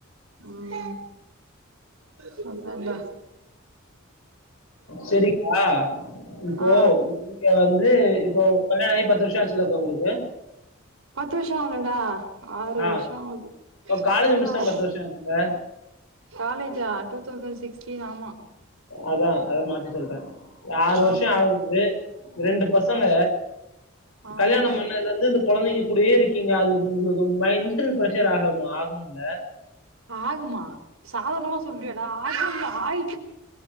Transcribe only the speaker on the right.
ம் சொன்னன்ல
ஆ
பத்து வருஷ ஆலடா ஆறு
வருஷ ஆவுது
சிவராவ்து
காலேஜா டூ தௌசண்ட் சிக்ஸ்டீன் ஆமா
ஆமாடா
ஆ ஆமா
ஆகுமா சாதாரணமா சொல்ட்டியடா ஆகு ஆயி